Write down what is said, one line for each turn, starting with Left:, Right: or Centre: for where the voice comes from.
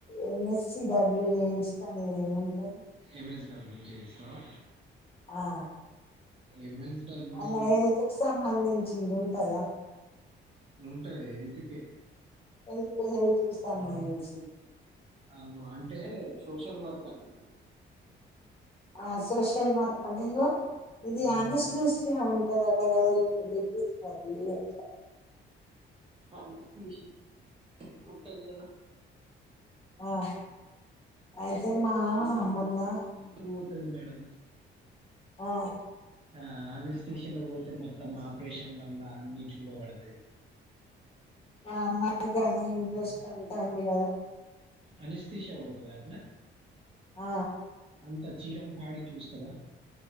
Left: ఎంఎస్స డబ్ల్యూ ఏయించలే ఏమంటారు
Right: ఎంఎస్డబ్ల్యూ చేయిస్తావా
Left: ఆ
Right: ఎంఎస్డబ్ల్యూ
Left: అల హళ్తుకి సంబంధించ చింది ఉంటాదా
Right: ఉంటా ఎల్ంటికి
Left: హెల్త్ హెల్త్ కు సంబంధించింది
Right: అవును అంటే సోషల్ వర్క్ అన్నట్టు
Left: ఆ సోషల్ మార్కెటింగ్ లో ఇది అనస్థిషియా ఉంటాదంట కదా ఇప్పుడు డిగ్రీ తర్వాత చేయొచ్చా
Right: అనస్థిషియా ఉంటాది కదా
Left: ఆ అయితే మా
Right: ఏ అనస్థిషియా
Left: మొన్న
Right: లో ఎందు టది మేడం
Left: ఆ
Right: ఆ అనస్థిషియాల పోతే మొత్తం ఆపరేషన్ మల్లా అన్ని చూపబడతాది
Left: మా అమ్మాయికి అదే ఇంట్రెస్ట్ అంటాంది కదా
Right: అనస్థిషియా పోతాదట్న
Left: ఆ
Right: త్త చీరం పాడి చూస్తుందా